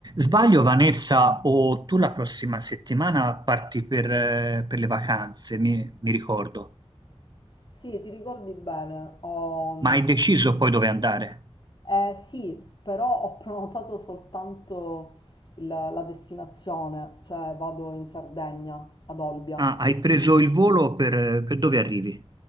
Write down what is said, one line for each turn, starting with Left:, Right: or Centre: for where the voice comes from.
Right: Sbaglio, Vanessa, o tu la prossima settimana parti per, eh, per le vacanze, mi, mi ricordo,
Left: Sì, ti ricordi bene. Ho-
Right: ma hai deciso poi dove andare?
Left: eh, sì, però ho prenotato soltanto il- la destinazione, cioè vado in Sardegna, ad Olbia.
Right: Ah, hai preso il volo per, per dove arrivi?